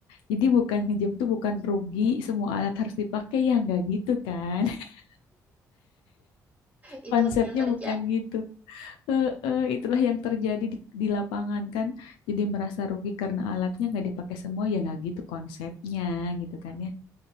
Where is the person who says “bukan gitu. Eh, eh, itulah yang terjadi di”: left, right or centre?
Left